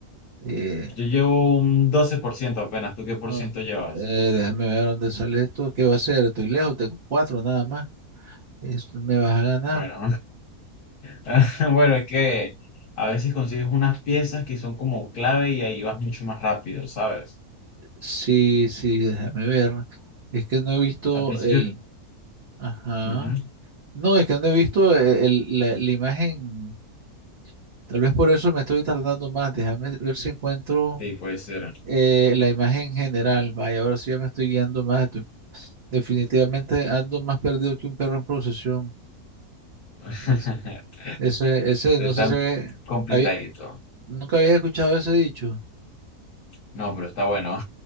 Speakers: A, on the right; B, on the left.
A: eh,
B: Yo llevo un 12% apenas. ¿Tú qué por
A: no,
B: ciento llevas?
A: eh, déjame ver dónde sale esto. ¿Qué va a ser? Estoy lejos, tengo cuatro nada más. Esto me vas a ganar.
B: Bueno, <laughs> bueno, es que a veces consigues unas piezas que son como clave y ahí vas mucho más rápido, ¿sabes?
A: Sí, sí, déjame ver. Es que no he visto
B: Al principio...
A: el... Ajá.
B: ujú,
A: No, es que no he visto e- el- la, la imagen. Tal vez por eso me estoy tardando más. Déjame ver si encuentro
B: Sí, puede ser.
A: eh, la imagen general. Vaya, ahora sí ya me estoy guiando más. Estoy- definitivamente ando más perdido que un perro en procesión.
B: <laughs>
A: Ese, ese, ese, no
B: Está
A: sé si había-
B: complicadito.
A: había- nunca había escuchado ese dicho.
B: No, pero está bueno.